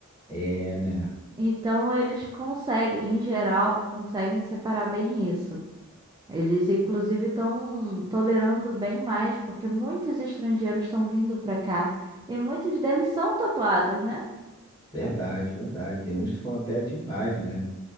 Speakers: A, on the left (about 20°); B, on the right (about 20°).
A: é, né?
B: Então, eles conseguem, em geral, conseguem separar bem isso. Eles, inclusive, estão tolerando bem mais, porque muitos estrangeiros estão vindo para cá e muitos deles são tatuados, né?
A: Verdade, verdade. Tem uns que são até demais, né?